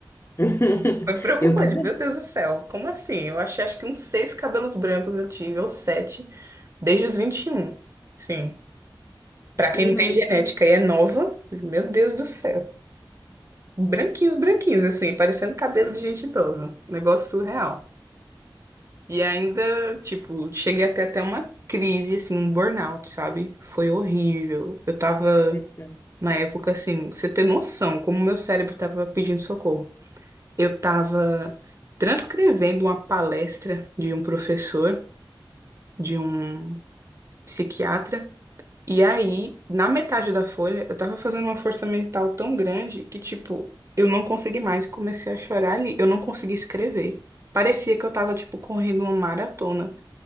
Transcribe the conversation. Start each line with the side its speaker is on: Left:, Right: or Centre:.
Left: <laughs>
Right: <laughs> foi preocupante.
Left: Eu também.
Right: Meu Deus do céu, como assim? Eu achei, acho que uns seis cabelos brancos eu tive, ou sete, desde os 21. Sim. Pra quem
Left: Menina,
Right: não tem genética e é nova, meu Deus do céu. Branquinhos, branquinhos, assim, parecendo cabelo de gente idosa. Negócio surreal. E ainda, tipo, cheguei até até uma crise, assim, um burnout, sabe? Foi horrível. Eu tava,
Left: muito.
Right: na época, assim, pra você ter noção, como meu cérebro tava pedindo socorro. Eu tava transcrevendo uma palestra de um professor, de um psiquiatra, e aí, na metade da folha, eu tava fazendo uma força mental tão grande que, tipo, eu não consegui mais, e comecei a chorar ali, eu não consegui escrever. Parecia que eu tava, tipo, correndo uma maratona.